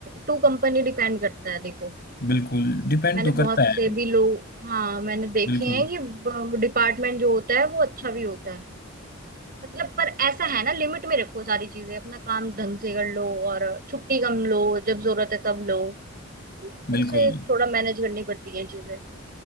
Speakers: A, on the right; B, on the left.
A: टू कंपनी डिपेंड करता है देखो
B: बिल्कुल डिपेंड
A: मैंने
B: तो
A: बहुत
B: करता है
A: से भी लोग हाँ मैंने देखे
B: बिल्कुल
A: हैं कि डिपार्टमेंट जो होता है वो अच्छा भी होता है मतलब पर ऐसा है ना लिमिट में रखो सारी चीजें अपना काम ढंग से कर लो और छुट्टी कम लो जब जरूरत है तब लो खुद
B: बिल्कुल
A: से थोड़ा मैनेज करनी पड़ती है चीजें